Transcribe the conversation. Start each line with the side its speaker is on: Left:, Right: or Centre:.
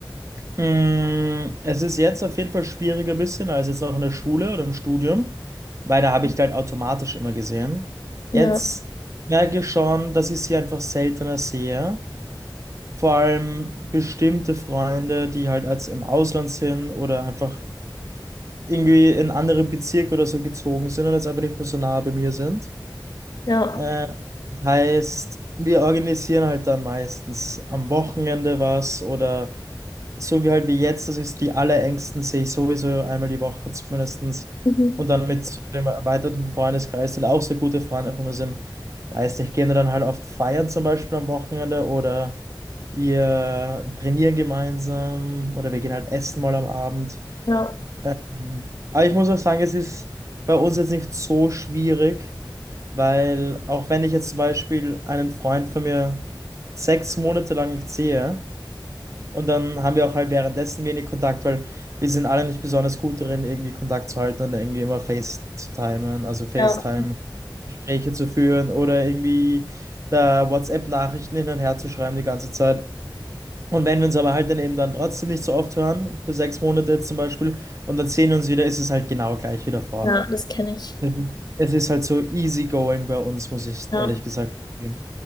Right: Mm, Es ist jetzt auf jeden Fall schwieriger ein bisschen als jetzt noch in der Schule oder im Studium, weil da habe ich halt automatisch immer gesehen.
Left: Ja,
Right: Jetzt merke ich schon, dass ich sie einfach seltener sehe. Vor allem bestimmte Freunde, die halt als im Ausland sind oder einfach irgendwie in andere Bezirke oder so gezogen sind und jetzt einfach nicht mehr so nah bei mir sind.
Left: ja,
Right: Äh, heißt, wir organisieren halt dann meistens am Wochenende was oder so wie halt wie jetzt, das ist die allerängsten, sehe ich sowieso einmal die Woche zumindestens.
Left: mhm.
Right: Und dann mit so dem erweiterten Freundeskreis, der auch sehr gute Freunde von mir sind. Weiß nicht, gehen wir dann halt oft feiern zum Beispiel am Wochenende oder wir trainieren gemeinsam oder wir gehen halt essen mal am Abend.
Left: ja,
Right: Mhm. Aber ich muss auch sagen, es ist bei uns jetzt nicht so schwierig, weil auch wenn ich jetzt zum Beispiel einen Freund von mir sechs Monate lang nicht sehe, und dann haben wir auch halt währenddessen wenig Kontakt, weil wir sind alle nicht besonders gut darin, irgendwie Kontakt zu halten und irgendwie immer Face zu timen, also FaceTime-Gespräche
Left: ja,
Right: zu führen oder irgendwie da WhatsApp-Nachrichten hin und her zu schreiben die ganze Zeit. Und wenn wir uns aber halt dann eben dann trotzdem nicht so oft hören, für sechs Monate jetzt zum Beispiel, und dann sehen wir uns wieder, ist es halt genau gleich wieder vor.
Left: ja, das kenne ich.
Right: Es ist es ist halt so easygoing bei uns, muss ich
Left: Ja,
Right: ehrlich gesagt zugeben.